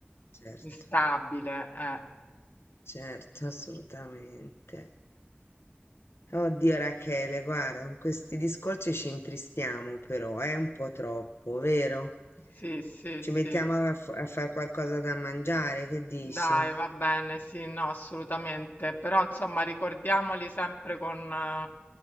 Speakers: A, on the left (about 85°); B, on the left (about 50°).
A: Certo,
B: instabile. eh.
A: certo, assolutamente. Oddio Rachele, guarda, con questi discorsi ci intristiamo però, è un po' troppo, vero?
B: Sì, sì,
A: Ci
B: sì.
A: mettiamo a, f- a fare qualcosa da mangiare, che dici?
B: Dai, va bene, sì, no, assolutamente, però insomma ricordiamoli sempre con, eh,